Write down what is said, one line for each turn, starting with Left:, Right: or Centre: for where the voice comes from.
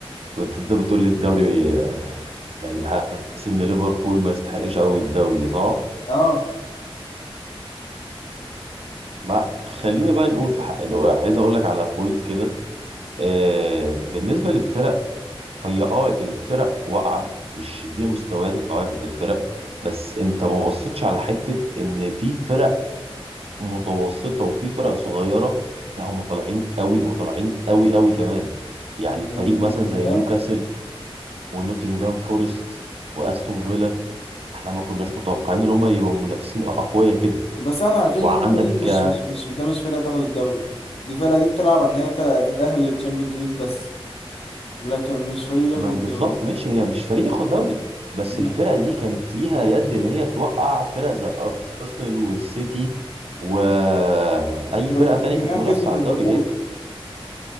Right: كنت انت بتقول لي الدوري آه، يعني حاسس ان ليفربول ما يستحقش قوي الدوري صح؟
Left: اه
Right: ما خلينا بقى نقول في حق إنه عايز اقول لك على بوينت كده آه، بالنسبه للفرق هي اه الفرق واقعه مش دي مستويات التعاطي الفرق بس انت ما بصيتش على حته ان في فرق متوسطة وفي فرق صغيرة لا هم طالعين قوي وطالعين قوي قوي كمان يعني فريق
Left: زي
Right: مثلا
Left: نوتنجهام
Right: زي نيوكاسل ونوتنجهام فورست واستون فيلا احنا ما كناش متوقعين ان هم يبقوا منافسين اقوياء كده
Left: بس احنا عارفين
Right: وعندك
Left: ان دي فريق مش
Right: آه،
Left: مش مش ده مش فرقه تاخد الدوري دي فرقه دي بتلعب ان هي تل- تتاهل للتشامبيونز ليج بس لكن مش فريق ياخد
Right: ما
Left: الدوري
Right: بالظبط ماشي هي مش فريق ياخد دوري بس
Left: مم.
Right: الفرق دي كانت ليها يد ان هي توقع فرق زي ارسنال والسيتي واي
Left: ده
Right: فرقه
Left: نوتنجهام
Right: تانية كانت منافسه
Left: كسبت
Right: على
Left: ليفربول
Right: الدوري هي